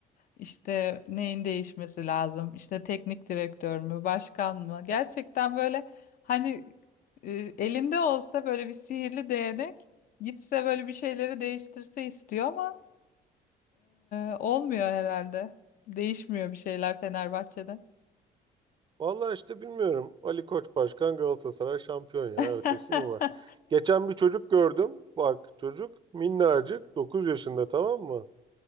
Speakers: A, on the left; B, on the right.
A: İşte neyin değişmesi lazım? İşte teknik direktör mü, başkan mı? Gerçekten böyle hani e, elinde olsa böyle bir sihirli değnek gitse böyle bir şeyleri değiştirse istiyor ama e, olmuyor herhalde. Değişmiyor bir şeyler Fenerbahçe'de.
B: Vallahi işte bilmiyorum. Ali Koç Başkan Galatasaray şampiyon ya.
A: <laughs>
B: Ötesi mi var? Geçen bir çocuk gördüm. Bak çocuk minnacık 9 yaşında tamam mı?